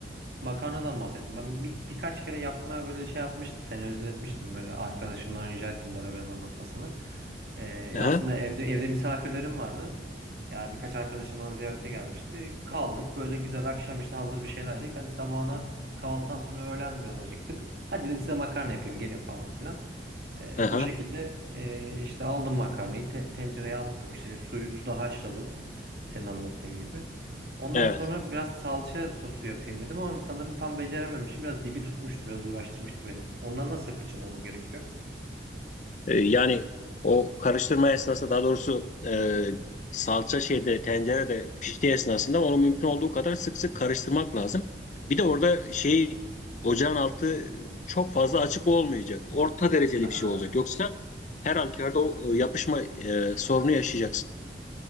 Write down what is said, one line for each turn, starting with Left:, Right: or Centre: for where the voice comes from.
Right: Makarnadan bahsettim. Ben bir, birkaç kere yapmaya böyle şey yapmıştım. Tenezzül etmiştim. Böyle arkadaşımdan rica ettim bana biraz anlatmasını. Ee,
Left: aha,
Right: aslında evde evde misafirlerim vardı. Ya birkaç arkadaşım bana ziyarete gelmişti. Kaldık böyle güzel akşam işte hazır bir şeyler yedik. Hadi sabahına kahvaltıdan sonra öğlen biraz acıktık. Hadi dedim size makarna yapayım gelin falan filan. Ee,
Left: aha,
Right: o şekilde e, işte aldım makarnayı te- tencereye attım işte suyu suda haşladım. Senin anlattığın gibi. Ondan
Left: evet.
Right: sonra biraz salça sosu yapayım dedim ama sanırım tam becerememişim. Biraz dibi tutmuştu, biraz uğraştırmıştı beni. Ondan nasıl kaçınmamız gerekiyor?
Left: E, yani o karıştırma esnasında daha doğrusu e, salça şeyde tencerede piştiği esnasında onu mümkün olduğu kadar sık sık karıştırmak lazım. Bir de orada şey ocağın altı çok fazla açık olmayacak. Orta dereceli
Right: Ha,
Left: bir şey olacak. Yoksa her halükarda o e, yapışma e, sorunu yaşayacaksın.